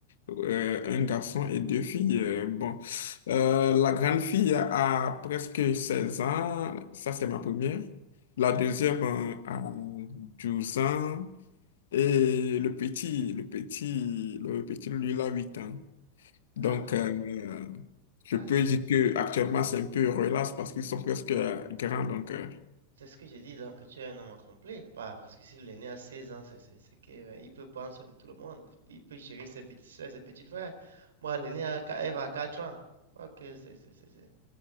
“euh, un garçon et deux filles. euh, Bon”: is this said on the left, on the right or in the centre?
Left